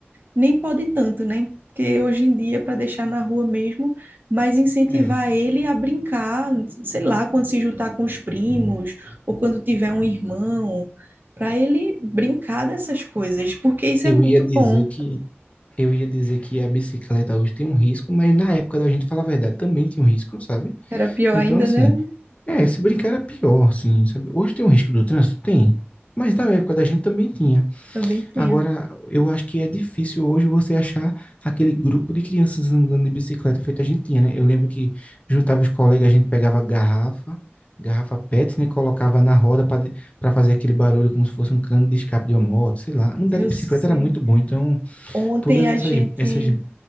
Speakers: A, on the right; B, on the left.
A: nem pode tanto, né? Porque hoje em dia, para deixar na rua mesmo, mas incentivar
B: é,
A: ele a brincar, sei lá, quando se juntar com os primos, ou quando tiver um irmão, para ele brincar dessas coisas, porque isso
B: eu
A: é muito
B: ia dizer
A: bom.
B: que eu ia dizer que a bicicleta hoje tem um risco, mas na época da gente, falar a verdade, também tinha um risco, sabe?
A: Era pior
B: Então,
A: ainda,
B: assim,
A: né?
B: é, se brincar era pior, assim, sabe? Hoje tem um risco do trânsito? Tem. Mas na época da gente também tinha.
A: Também tinha.
B: Agora, eu acho que é difícil hoje você achar aquele grupo de crianças andando de bicicleta feito a gente tinha, né? Eu lembro que juntava os colegas, a gente pegava garrafa, garrafa PET, né? Colocava na roda para fazer aquele barulho como se fosse um cano de escape de uma moto, sei lá. Andar
A: Eu
B: de bicicleta
A: sei.
B: era muito bom. Então,
A: Ontem
B: todas
A: a
B: essas,
A: gente
B: essas,